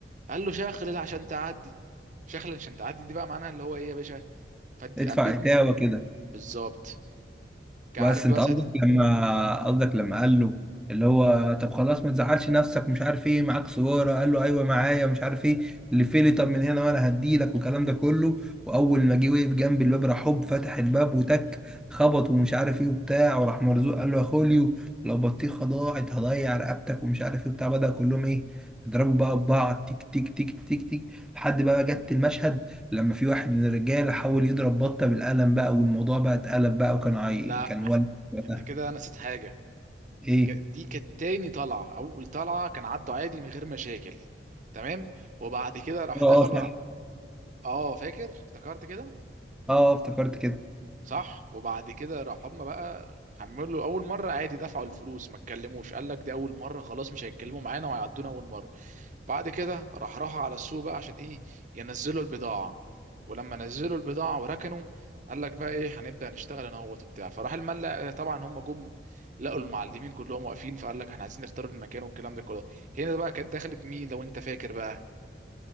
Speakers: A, on the right; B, in the centre.
A: قال له شخلل عشان تعدي شخلل عشان تعدي دي بقى معناها اللي هو ايه يا باشا فدي
B: ادفع
A: قبدني
B: اتاوه كده
A: بالظبط كان
B: بس
A: عارف بقى
B: انت قصدك
A: ساعتها
B: لما قصدك لما قال له اللي هو طب خلاص ما تزعلش نفسك مش عارف ايه معاك صورة قال له ايوه معايا مش عارف ايه اللي فيلي طب من هنا وانا هديلك والكلام ده كله واول ما جه وقف جنب الباب راح هوب فتح الباب وتك خبط ومش عارف ايه وبتاع وراح مرزوق قال له يا خوليو لو بطيخه ضاعت هضيع رقبتك ومش عارف ايه وبتاع بدأ كلهم ايه يضربوا بقى ببعض تيك تيك تيك تيك تيك لحد بقى جت المشهد لما في واحد من الرجاله حاول يضرب بطه بالقلم بقى والموضوع بقى اتقلب بقى وكان عي...
A: لا
B: كان ولد وقتها
A: انت كده نسيت حاجه
B: ايه
A: دي ك... دي كانت تاني طلعه اول طلعه كان عدوا عادي من غير مشاكل تمام وبعد كده راح
B: اه
A: دخلوا
B: آه، صح اه
A: ع- اه فاكر افتكرت كده
B: آه، افتكرت كده
A: صح وبعد كده راح هم بقى حملوا اول مره عادي دفعوا الفلوس ما اتكلموش قال لك دي اول مره خلاص مش هيتكلموا معانا وهيعدونا اول مره بعد كده راح راحوا على السوق بقى عشان ايه ينزلوا البضاعة ولما نزلوا البضاعة وركنوا قال لك بقى ايه هنبدأ نشتغل انا هو وبتاع فراح الملا طبعا هم جم لقوا المعلمين كلهم واقفين فقال لك احنا عايزين نختار المكان والكلام ده كله هنا بقى كانت دخلت مين لو انت فاكر بقى